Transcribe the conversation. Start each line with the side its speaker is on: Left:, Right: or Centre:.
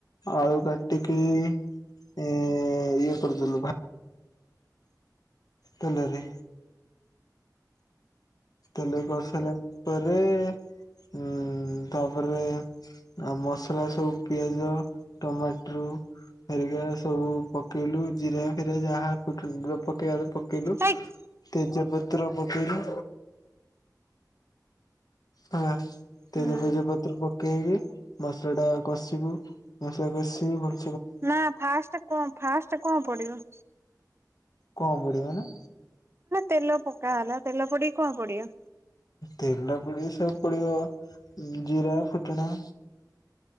Left: ଆଳୁ କାଟିକି ଇଏ କରିଦେଲୁ ଭା ତେଲରେ ତେଲଇ କରିସାରିଲା ପରେ ଉଁ ତାପରେ ମସଲା ସବୁ ପିଆଜ ଟମାଟ୍ରୋ ହେରିକା ସବୁ ପକେଇଲୁ ଜିରା ଫିରା ଯାହା ଫୁଟେଇବା ପକେଇଲୁ
Right: ହେଇ
Left: ତେଜପତ୍ର ପକେଇଲୁ। ହଁ ତଜେପେଜ
Right: ହୁଁ
Left: ପତ୍ର ପ ପକେଇକି ମସଲା ଟା କଷିବୁ ମସଲା କଷିବି ଭଲ
Right: ନା ଫାଷ୍ଟ କଣ ଫାଷ୍ଟ କଣ ପଡିବ?
Left: କଣ ପୁଡିବ ମାନେ
Right: ତେଲ ପକା ହେଲା ତେଲ ପଡିକି କଣ ପଡିବ?
Left: ତେଲ ପଡି ସବୁ ପଡିବ ଜିରା ଫୁଟଣା